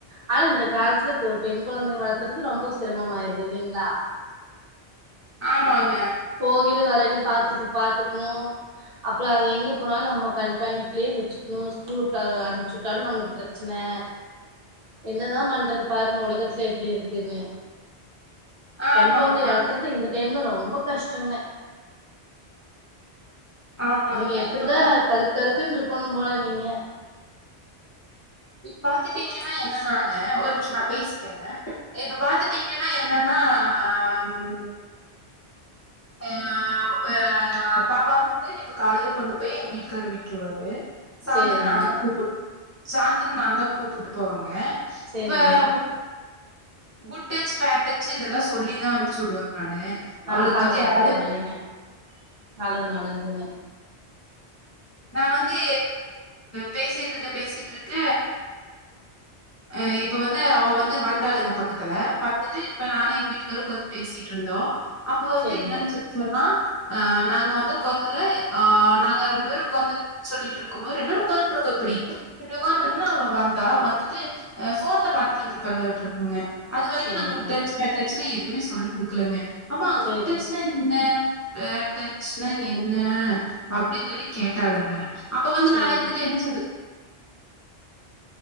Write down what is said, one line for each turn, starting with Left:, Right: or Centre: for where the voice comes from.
Right: ஆனா இந்த காலத்துல இப்ப ஒரு பெண் கொழந்தைய வளத்துறது ரொம்ப சிரமமாயிருது இல்லைங்ளா
Left: ஆமாங்க
Right: போகைல வரைல பாத்துக்கு பாத்துக்கணு அப்பறோ அது எங்க போனாலு நம்ம கண்காணிப்புலே வச்சி இன்னு ஸ்கூலுக்கு அ அம்பிச்சுவிட்டாலு நம்ளுக்கு பிரெச்சன என்னதா பண்றது பாருங்க உலகத்துல எப்டி இருக்குன்னு
Left: ஆமாங்க
Right: பெண் கொழந்த வளத்துறது இந்த டைம்ல ரொம்ப கஷ்டோங்க
Left: ஆமாங்க
Right: நீ எப்பிடிதா
Left: இப்ப பா
Right: கரு கருக்குன்று இருக்கணு போல நீங்க
Left: இப் பாத்துட்டீங்கன்னா என்னன்னாங்க ஒரு நிம்ஷோ நா பேசிக்கிறேங்க இப்ப பாத்துட்டீங்கன்னா என்னன்னா ம் ய வ்வ ப பாப்பா வந்து இப்ப காலேல கொண்டு போய் எங்க வீட்டுக்காரு விட்ருவாரு சாந்தர
Right: சேரிங்க
Left: நாதா கூப்பு சாந்திர நாதா கூப்பிட்டு போவங்க
Right: சேரிங்க
Left: இப்பவ் குட்டச் பேட்டச் இதெல்லா சொல்லிதா அம்ச்சி விடுவங்க நானு
Right: ஆ
Left: அவளுக்கு
Right: பரவா
Left: வந்து
Right: ல்ல
Left: யாராவது
Right: பரவால்லய்ங்க நல்லது நல்லதுங்க
Left: நா வந்து பேசிட்ருக்க பேசிட்ருக்க ஆ இப்ப வந்து அவ வந்து வந்தாளுங்க பக்கத்துல பாத்துட்டு இப்ப நானு எங்க வீட்டுக்காரு உக்காந்து பேசிட்ருந்தோ அப்ப வந்து
Right: சேரிங்க
Left: என்னன் சொல்ட்டு சொல்றா அ நாங்க வந்து உக்காந்துரு ஆ நாங்க ரெண்டு பேரு உக்காந்துட் சொல்லிட்ருக்கு போது ரெண்டு பேரு உக்காந்துட்ருக்கோ இப்பிடி இப்படி உக்கான்ருந்தா அவ வந்தா இப்டி உக்காந்திருந்தா அவ வந்தா வந்துட்டு அ ஃபோன்ல பாத்துட்திருந்திருப்பாலாகான்ட்டு இருக்குங்க அது வரிக்கு
Right: சேரிங்க
Left: நா குட்டச் டச் பேட்டச்னு எதுமே சொல்லி குடுக்கலங்க அம்மா
Right: சேரி
Left: குட்டச்னா என்ன பேட்டச்சுன்னா என்ன அப்டின் சொல்லி கேட்டாளுங்க அப்ப வந்து
Right: சேரி
Left: நா இருந்துட்டு என்ன சொல்லு